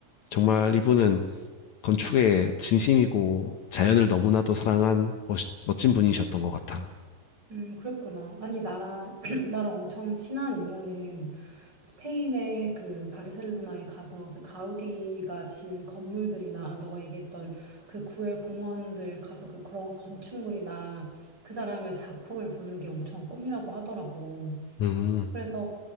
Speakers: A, on the left (about 65°); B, on the right (about 30°).
A: 정말
B: 음.
A: 이분은 건축에 진심이고 자연을 너무나도 사랑한 멋, 멋진 분이셨던 것 같아.
B: 음, 그랬구나. 아니, 나랑, <clears throat> 나랑 엄청 친한 이모는 스페인의 그 바르셀로나에 가서 그 가우디가 지은 건물들이나 너가 얘기했던 그 구엘 공원들 가서 그 그런 건축물이나 그 사람의 작품을 보는 게 엄청 꿈이라고 하더라고.
A: 음,
B: 그래서